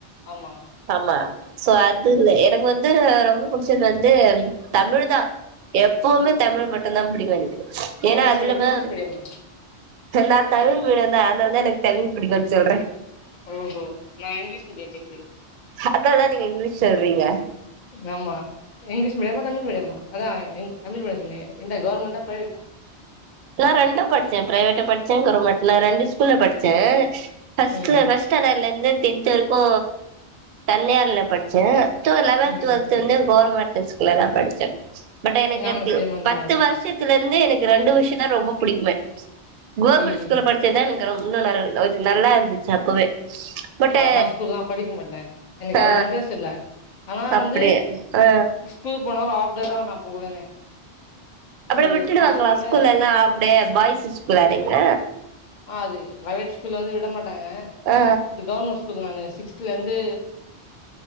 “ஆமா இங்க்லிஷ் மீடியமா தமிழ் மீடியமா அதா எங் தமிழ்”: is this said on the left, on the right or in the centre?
Left